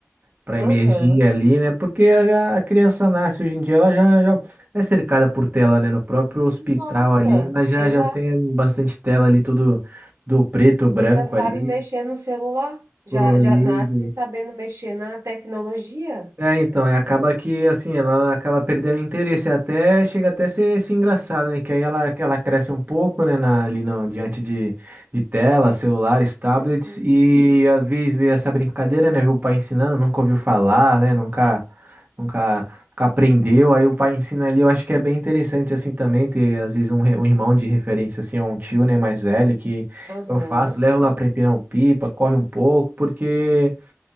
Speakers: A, on the right; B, on the right.
A: para
B: Aham.
A: emergir ali, né? Porque a, a criança nasce hoje em dia, ela já, já é cercada por tela, né? No próprio hospital
B: Nossa,
A: ali, ela já,
B: sei
A: já
B: lá,
A: tem bastante tela ali, todo do preto, branco
B: já sabe
A: ali,
B: mexer no celular, já,
A: colorido.
B: já nasce sabendo mexer na tecnologia.
A: É, então, é, acaba que, assim, ela acaba perdendo interesse, até chega até ser, ser engraçado, né? Que
B: Sim.
A: aí ela, que ela cresce um pouco, né, na, ali no, diante de, de telas, celulares, tablets,
B: Uhum.
A: e às vezes vê essa brincadeira, né? Vê o pai ensinando, nunca ouviu falar, né? Nunca, nunca, nunca aprendeu, aí o pai ensina ali, eu acho que é bem interessante, assim, também, ter, às vezes, um, re- um irmão de referência, assim, ou um tio, né, mais velho, que
B: Aham,
A: eu faço, levo lá pra empinar o pipa, corre um pouco, porque...